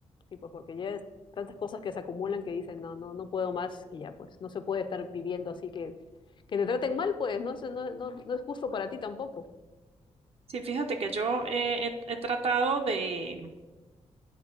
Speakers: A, on the left; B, on the right.
A: sí, pues porque ya es tantas cosas que se acumulan que dicen, no, no, no puedo más y ya, pues no se puede estar viviendo así que, que te traten mal, pues no, es no, no, no es justo para ti tampoco.
B: Sí, fíjate que yo eh, he, he tratado de